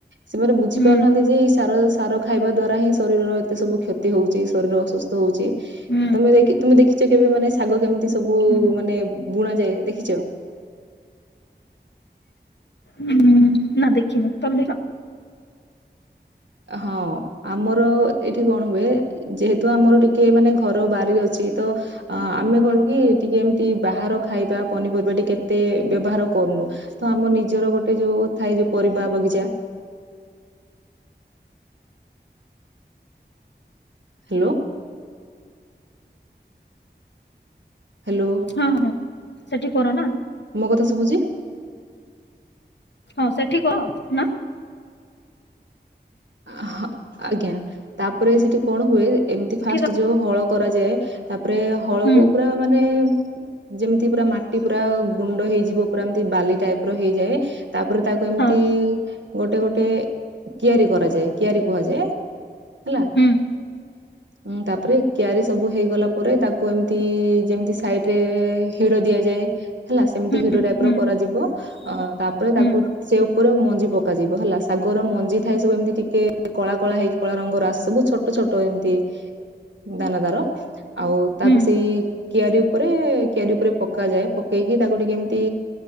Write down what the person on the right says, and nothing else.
ସେମାନେ ବୁଝିପାରୁନାହାନ୍ତି,
ଯେ ଏଇ ସାର ସାର ଖାଇବା ଦ୍ୱାରା ହିଁ ଶରୀରର ଏତେ ସବୁ କ୍ଷତି ହଉଛି, ଶରୀର ଅସୁସ୍ଥ ହଉଛି।
ତମେ ଦେଖୀ, ତୁମେ ଦେଖିଛ କେବେ, ମାନେ ଶାଗ କେମିତି ସବୁ
ମାନେ ବୁଣାଯାଏ, ଦେଖିଛ।
ହଁ, ଆମର ଏଠି କଣ ହୁଏ, ଯେହେତୁ ଆମର ଟିକେ ମାନେ ଘର ବାରି ଅଛି, ତ ଆମେ କଣ କି ଟିକେ ଏମିତି ବାହାର ଖାଇବା ପନିପରିବା ଟିକେ କେତେ ବ୍ୟବହାର କରୁନୁ, ତ ଆମ ନିଜର ଗୋଟେ ଯୋଉ ଥାଏ, ଯୋଉ ପରିବା ବଗିଚା ହେଲୋ ହ୍ୟାଲୋ
ମୋ, କଥା ଶୁଭୁଛି?
ଆଃ, ହଁ, ଆଜ୍ଞା, ତାପରେ ସେଠି କଣ ହୁଏ, ଏମିତି
ଫାଷ୍ଟ
ଯୋଉ, ହଳ କରାଯାଏ। ପରେ, ହଳକୁ
ପୁରା, ମାନେ ଯେମିତି, ପୁରା ମାଟି ପୁରା ଗୁଣ୍ଡ ହେଇଯିବ। ପୁରା ଏମିତି ବାଲି ଟାଇପ, ର ହେଇଯାଏ। ତାପରେ, ତାକୁ ଏମିତି
ଗୋଟେ, ଗୋଟେ, କିଆରି କରାଯାଏ। କିଆରି, କୁହାଯାଏ। ହେଲା,
ହୁଁ, ତାପରେ କିଆାରି ସବୁ ହେଇଗଲା, ପରେ ତାକୁ ଏମତି, ଯେମତି ସାଇଡ ରେ ହିଡ ଦିଆଯାଏ। ହେଲା, ସେମିତି
ହିଡ ଟାଇପ୍,
ର କରାଯିବ ୲ <unintelligible> ଅ, ତାପରେ ତାକୁ,
ସେ ଉପରୁ, ମଞ୍ଜି ପକାଯିବ ହେଲା ୲ ଶାଗର ମଞ୍ଜି ଥାଏ, ସବୁ ଏମତି ଟି କେ କଳା, କଳା ହେଇକି, କଳା ରଙ୍ଗର ଆସେ ସବୁ, ଛୋଟ, ଛୋଟ ଏମିତି ଦାନା ଦର ୲ ଆଉ, ତାକୁ
ସେଇ କିଆରି ଉପରେ, କିଆରି ଉପରେ ପକାଯାଏ ୲ ପକେଇକି ତାକୁ ଟିକେ, ଏମତି